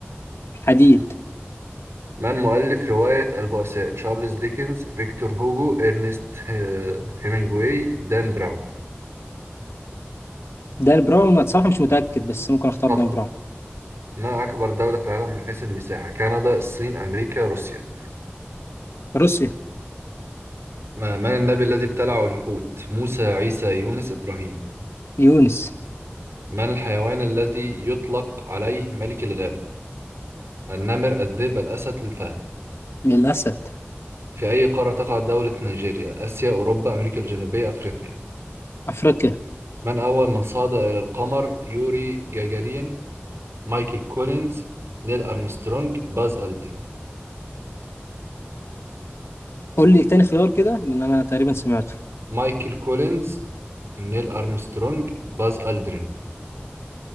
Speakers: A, on the left; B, on the right.
A: حديد
B: من مؤلف رواية البؤساء تشارلز ديكنز فيكتور هوجو إرنست آه، هيمنجواي دان براون
A: دان براون أنا بصراحة مش متأكد بس ممكن اختار
B: خطأ
A: دان براون
B: ما أكبر دولة في العالم من حيث المساحة كندا الصين أمريكا روسيا
A: روسيا
B: ما- من النبي الذي ابتلعه الحوت موسى عيسى يونس إبراهيم
A: يونس
B: من الحيوان الذي يطلق عليه ملك الغابة النمر الذئب الأسد الفهد
A: للأسد
B: في أي قارة تقع دولة نيجيريا؟ آسيا، أوروبا، أمريكا الجنوبية، أفريقيا.
A: أفريقيا
B: من أول من صعد إلى القمر؟ يوري جاجارين، مايكل كولينز، نيل أرمسترونج، باز ألدرين.
A: قول لي تاني خيار كده لأن أنا تقريبا سمعته
B: مايكل كولينز، نيل أرمسترونج، باز ألدرين.